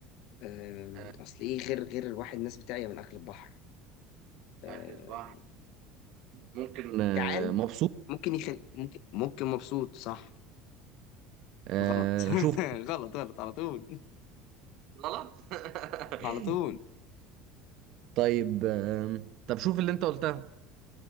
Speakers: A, on the left; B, on the right.
A: آم،
B: آه،
A: اصل ايه غير غير الواحد الناس بتاعي من اكل البحر آم،
B: أكل البحر ممكن آه،
A: جعان
B: مبسوط
A: ممكن يخل ممكن ممكن مبسوط صح
B: آه
A: غلط <laughs>
B: شوف
A: غلط غلط على طول
B: غلط <laughs>
A: على طول
B: طيب آه طب شوف اللي انت قلتها